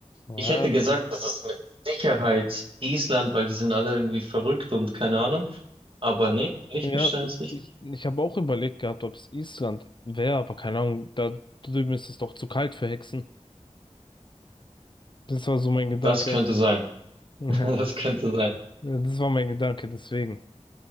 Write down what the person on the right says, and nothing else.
Ich hätte
gesagt, das ist mit Sicherheit Island, weil die sind alle irgendwie verrückt und keine Ahnung. Aber nee, Liechtenstein
ist richtig.
Das könnte sein.
<laughs> Das könnte sein.